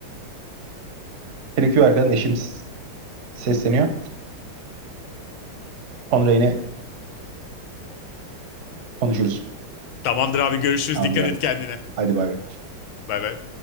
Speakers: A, on the right; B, on the left.
A: gerekiyor arkadan eşim s- sesleniyor. Sonra yine konuşuruz.
B: Tamamdır abi görüşürüz.
A: Tamamdır
B: Dikkat
A: abi.
B: et kendine.
A: Hadi bay bay.
B: Bay bay.